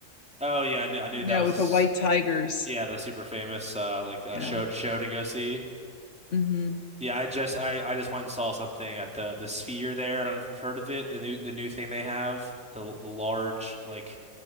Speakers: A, in the centre; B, on the left.
A: Oh yeah, I knew I knew
B: you
A: that
B: know,
A: was
B: with the white tigers.
A: yeah the super famous uh like uh,
B: Yeah.
A: show show to go see.
B: hmm
A: Yeah, I just I, I just went and saw something at the the Sphere there. I don't know if you've heard of it. The new the new thing they have, the, l- the large like